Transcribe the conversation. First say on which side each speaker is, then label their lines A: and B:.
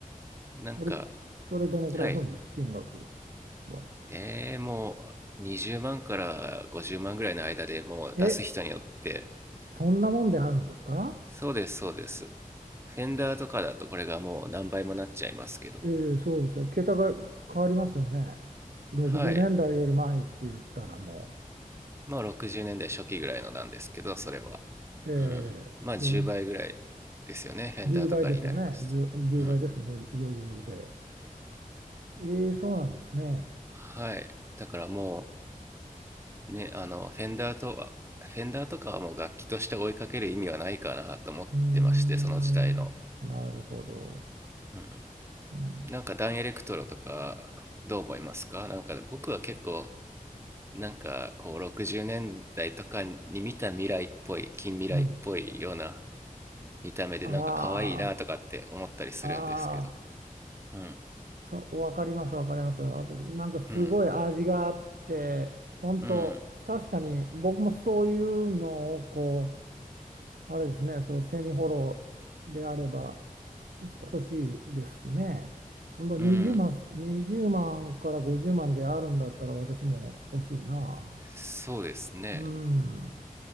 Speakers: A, on the right (about 15°); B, on the right (about 85°).
A: なんか、
B: それ、それどのくらいするんです金額
A: はい、
B: は。
A: えー、もう20万から50万ぐらいの間でもう出す人によって
B: え、そんなもんであるんですか
A: そうです、そうです。フェンダーとかだとこれがもう何倍もなっちゃいますけど。
B: えー、そうですね。桁が変わりますよね。60年代より前って言ったらも
A: はい。まあ60年代初期ぐらいのなんですけど、それは。
B: う、えー、
A: うん。まあ10倍ぐらいですよね。
B: ろ
A: フェンダーとかになります。
B: 10倍ですよね。10、
A: うん。
B: 倍ですね、余裕で。ええ、そうなんですね。
A: はい。だからもう、ね、あの、フェンダーとは、フェンダーとかはもう楽器として追いかける意味はないかなと思ってまして、
B: うーん、
A: その時代の。
B: なるほど。
A: うん。
B: うん。
A: なんかダンエレクトロとか、どう思いますかなんか僕は結構なんかこう60年代とかに見た未来っぽい近未来っぽいような
B: うん
A: 見た目でなんか可愛いなとかって思ったりするんですけど
B: ああ、ああ、
A: うん
B: そう、わかります、わかります。あと、なんかすごい味があって、
A: うん
B: 本当確かに僕もそういうのをこ
A: うん
B: あれですね、そう、セミホロであれば欲しいですね。ほんと20万、
A: うん
B: 20万から50万であるんだったら私も欲しいな。
A: そうですね
B: うん。